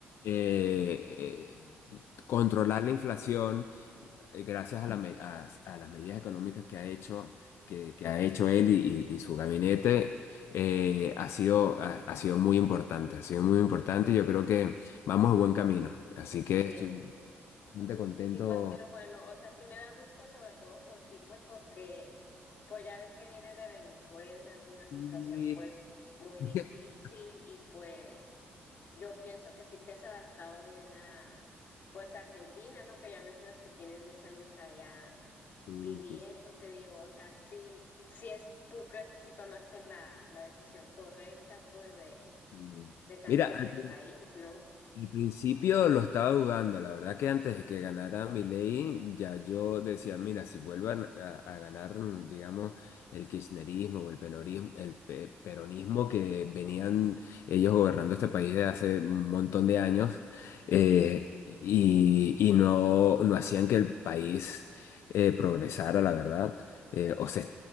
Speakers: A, on the left; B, on the left.
A: Eh, eh, controlar la inflación eh, gracias a, la me- a- a las medidas económicas que ha hecho, que, que ha hecho él y, y- y su gabinete, eh, ha sido, ha, ha sido muy importante, ha sido muy importante. Yo creo que vamos a buen camino. Así que
B: sí
A: estoy bastante contento.
B: Sí, pues qué bueno, o sea, sí me da gusto sobre todo por ti, pues porque pues ya ves que vienes de Venezuela en una situación
A: Y-
B: pues muy
A: <laughs>
B: difícil y pues yo pienso que sí te has adaptado bien a pues Argentina, ¿no? Que ya mencionas que tienes 10 años allá
A: Sí,
B: viviendo,
A: sí,
B: te digo, o sea, sí, sí es, tú crees que sí tomaste la, la decisión correcta pues de,
A: sí.
B: de cambiarte
A: Mira, <laughs>
B: de país, ¿no?
A: Al principio lo estaba dudando, la verdad que antes de que ganara Milei, ya yo decía, mira, si vuelvan a, a ganar, mm, digamos, el kirchnerismo o el penorismo, el pe- peronismo que venían ellos gobernando este país de hace un montón de años, eh, y, y no, no hacían que el país eh, progresara, la verdad, eh,
B: Eh,
A: o
B: eh,
A: se